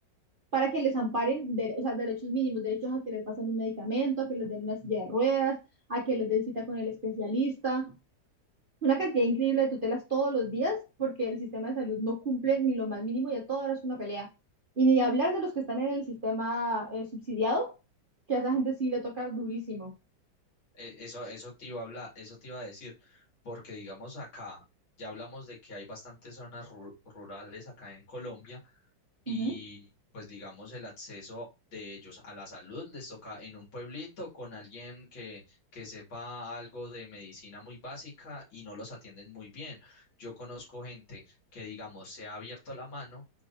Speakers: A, on the right (about 45°); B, on the left (about 75°).
A: para que les amparen, dere- o sea, derechos mínimos, derechos a que les pasen un medicamento, a que les den una silla de ruedas, a que les den cita con el especialista. Una cantidad increíble de tutelas todos los días porque el sistema de salud no cumple ni lo más mínimo y a toda hora es una pelea. Y ni de hablar de los que están en el sistema eh, subsidiado, que a esa gente sí le toca durísimo.
B: Eh, Eso, eso te iba a hablar, eso te iba a decir, porque digamos acá, ya hablamos de que hay bastantes zonas ru- rurales acá en Colombia y
A: Ujú,
B: pues digamos el acceso de ellos a la salud les toca en un pueblito con alguien que, que sepa algo de medicina muy básica y no los atienden muy bien. Yo conozco gente que digamos se ha abierto la mano